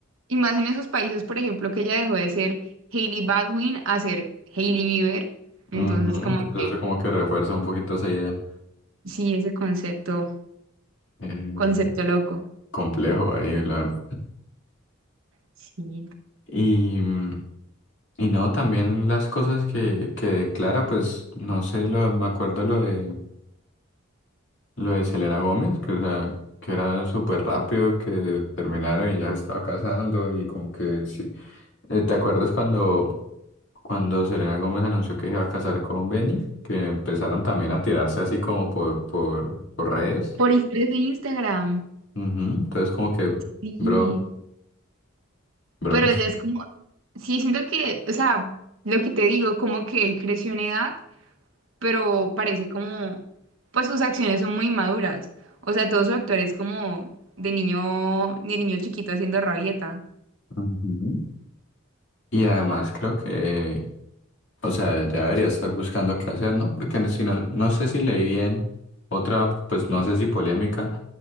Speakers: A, on the right; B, on the left.
A: Y más en esos países, por ejemplo, que ella dejó de ser Hailey Baldwin a ser Hailey Bieber. Entonces,
B: Ujú,
A: como
B: Entonces
A: que
B: eso como que refuerza un poquito esa idea.
A: sí, ese concepto,
B: eh,
A: concepto loco.
B: complejo ahí, la verdad.
A: Sí.
B: Y, mm, y no, también las cosas que, que declara, pues no sé, lo, me acuerdo lo de, lo de Selena Gómez, que o sea, que era súper rápido, que terminaron y ya se estaba casando y como que sí. Eh, ¿te acuerdas cuando, cuando Selena Gómez anunció que se iba a casar con Benny? Que empezaron también a tirarse así como por, por, por redes.
A: Por historias de Instagram.
B: Ujú, Entonces como que,
A: Sí.
B: bro. Bro,
A: Pero ya es como, sí, siento que, o sea, lo que te digo, como que él creció en edad, pero parece como, pues sus acciones son muy maduras. O sea, todo su actuar es como de niño, de niño chiquito haciendo rabieta.
B: Ujú. Y además creo que, o sea, ya debería estar buscando qué hacer, ¿no? Porque si no, no sé si leí bien otra, pues no sé si polémica,